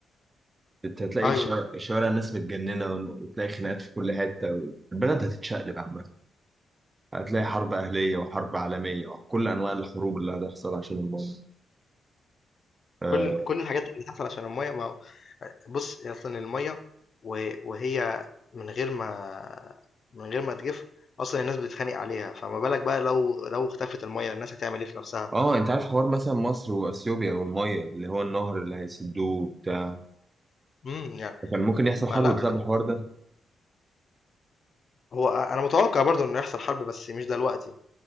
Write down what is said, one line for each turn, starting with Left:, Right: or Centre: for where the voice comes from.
Right: انت هتلاقي
Left: ايوه
Right: الشوارع الشوارع الناس متجننة وتلاقي خناقات في كل حتة البلد هتتشقلب عامة هتلاقي حرب أهلية وحرب عالمية وكل أنواع الحروب اللي هتحصل عشان المية اه
Left: كل كل الحاجات اللي بتحصل عشان الميه ما هو- بص اصلا الميه و- وهي من غير ما من غير ما تجف اصلا الناس بتتخانق عليها فما بالك بقى لو لو اختفت الميه الناس هتعمل ايه في نفسها
Right: آه، انت عارف حوار مثلا مصر واثيوبيا والمية اللي هو النهر اللي هيسدوه بتاع
Left: امم يعني
Right: كان ممكن يحصل حرب
Left: فلا
Right: بسبب الحوار ده
Left: هو انا متوقع برضو انه يحصل حرب بس مش دلوقتي